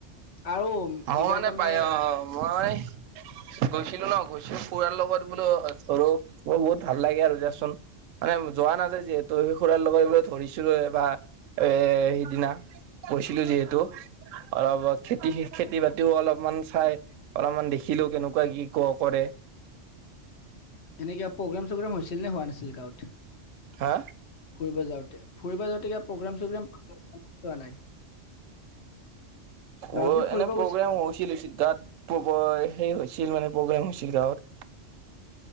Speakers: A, on the left (about 60°); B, on the right (about 85°).
A: আৰু
B: মোৰ
A: এইবাৰ
B: মানে
A: তাৰমানে
B: পায় অ', মই মানে গৈছিলো ন গৈছিলো খুৰাৰ লগত বোলো ধৰক ম বহুত ভাল লাগে আৰু দিয়াচোন মানে যোৱা নাযায় যিহেতু খুৰাৰ লগাত ইবাৰ ধৰিছিলোয়ে এ বা এ সিদিনা গৈছিলো যিহেতু অলপ খেতি খেতি বাতিও অলপমান চাই অলপমান দেখিলোঁ কেনেকুৱা কি ক কৰে
A: এনে কিবা প্ৰগ্ৰেম চগ্ৰেম হৈছিল নে হোৱা নাছিল গাঁৱত
B: হা।
A: ফুৰিব যাওঁতে ফুৰিব যাওঁতে কিবা প্ৰগ্ৰেম চগ্ৰেম চোৱা নাই। গাঁৱত
B: অ',
A: যে ফুৰিব
B: এনে প্ৰগ্ৰাম
A: গৈছিল
B: হৈছিলি লৈচে তাত প্ৰগ সে হৈছিল মানে প্ৰগ্ৰেম হৈছিল গাঁৱত।